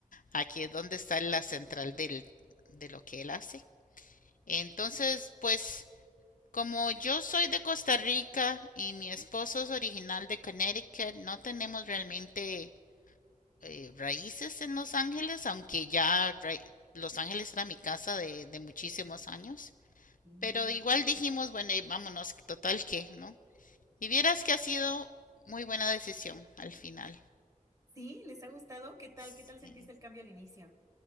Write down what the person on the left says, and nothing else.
aquí es donde está la central del, de lo que él hace. Entonces, pues, como yo soy de Costa Rica y mi esposo es original de Connecticut, no tenemos realmente eh, raíces en Los Ángeles, aunque ya ra- Los Ángeles era mi casa de, de muchísimos años.
Pero igual dijimos, bueno, y vámonos, total que, ¿no? Y vieras que ha sido muy buena decisión al final.
Sí.